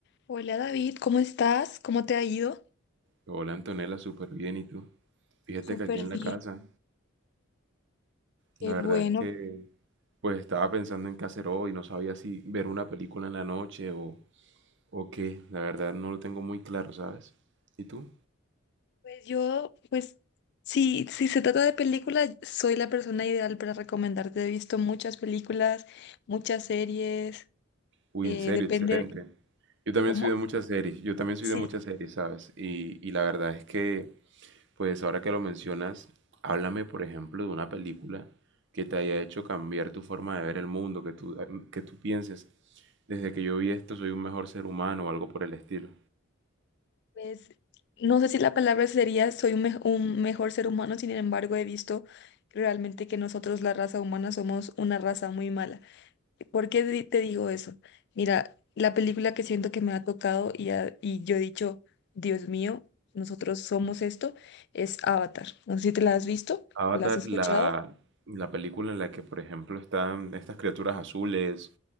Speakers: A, on the left; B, on the right.
A: Hola David, ¿cómo estás? ¿Cómo te ha ido?
B: Hola Antonella, súper bien. ¿Y tú? Fíjate
A: Súper
B: que aquí en la
A: bien,
B: casa,
A: qué
B: la verdad
A: bueno.
B: es que pues estaba pensando en qué hacer hoy, no sabía si ver una película en la noche o, o qué, la verdad no lo tengo muy claro, ¿sabes? ¿Y tú?
A: Pues yo, pues sí, si se trata de películas, soy la persona ideal para recomendarte. He visto muchas películas, muchas series,
B: Uy,
A: eh,
B: en serio,
A: depende,
B: excelente. Yo también
A: ¿cómo?
B: soy de muchas series, yo también soy
A: Sí,
B: de muchas series, ¿sabes? Y, y la verdad es que Pues ahora que lo mencionas, háblame, por ejemplo, de una película que te haya hecho cambiar tu forma de ver el mundo, que tú, em, que tú pienses, desde que yo vi esto soy un mejor ser humano o algo por el estilo.
A: pues no sé si la palabra sería soy un, me- un mejor ser humano, sin embargo he visto realmente que nosotros, la raza humana, somos una raza muy mala. ¿Por qué di- te digo eso? Mira, la película que siento que me ha tocado y, ha- y yo he dicho, Dios mío, nosotros somos esto, es Avatar. No sé si te la has visto,
B: Avatar,
A: ¿la has escuchado?
B: la, la película en la que, por ejemplo, están estas criaturas azules,